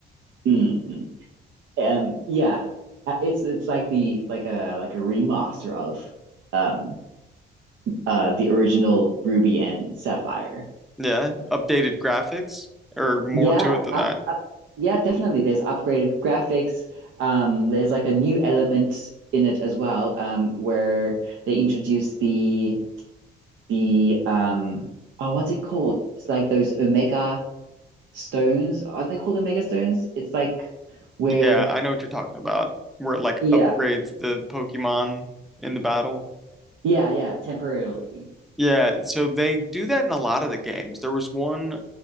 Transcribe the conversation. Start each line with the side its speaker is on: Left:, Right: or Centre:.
Right: mm mm. Um, yeah, Uh, it's it's like the like a like a remaster of um uh the original Ruby and Sapphire.
Centre: Yeah, updated graphics or more
Right: Yeah,
Centre: to it than
Right: up,
Centre: that.
Right: up, yeah, definitely. There's upgraded graphics. Um, there's like a new element in it as well. Um, where they introduce the the um oh what's it called? It's like those Omega stones. Are they called Omega stones? It's like where
Centre: Yeah, I know what you're talking about. Where it like
Right: yeah,
Centre: upgrades the Pokemon in the battle.
Right: yeah, yeah, temporarily.
Centre: Yeah, so they do that in a lot of the games. There was one,